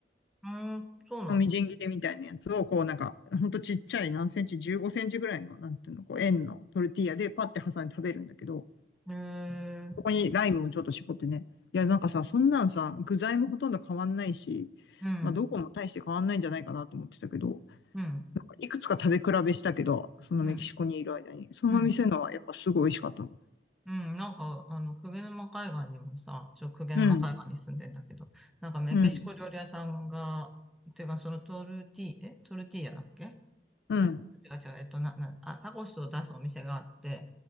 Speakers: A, in the centre; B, on the left (about 65°).
A: うん。うーん、そうなんだ。
B: ーのみじん切りみたいなやつを、こうなんか、ほんとちっちゃい何センチ、15センチぐらいの、なんていうの、こう円のトルティーヤでパッて挟んで食べるんだけど、
A: へえ、
B: そこにライムをちょっと絞ってね。いや、なんかさ、そんなのさ、具材もほとんど変わんないし、
A: うん、
B: まあどこも大して変わんないんじゃないかなと思ってたけど、
A: うん、
B: いくつか食べ比べしたけど、そのメキシコにいる間に、
A: うん、
B: その店のはやっぱすごい美味しかったの。
A: うん。うん、なんか、あの、鵠沼海岸にもさ、ちょ、鵠沼海岸に住んでんだけど、
B: うん、
A: なんかメキシコ料理屋さんが、
B: うん、
A: ていうか、そのトルティ、え、トルティーヤだっけ
B: うん、
A: あれ違う違う、えっと、な、な、あ、タコスを出すお店があって、